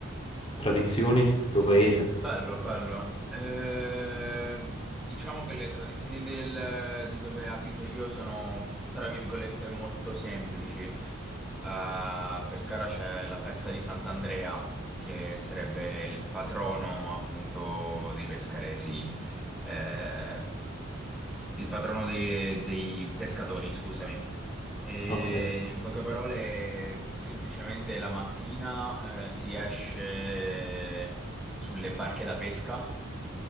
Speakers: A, on the left; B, in the centre.
A: tradizioni, tuo paese?
B: Bello, bello. Eh, diciamo che le tradizioni del- di dove abito io sono, tra virgolette, molto semplici. A Pescara c'è la festa di Sant'Andrea, che sarebbe il patrono appunto dei pescaresi, eh, il patrono dei dei pescatori, scusami. E
A: Ok,
B: in poche parole, semplicemente la mattina eh, si esce sulle barche da pesca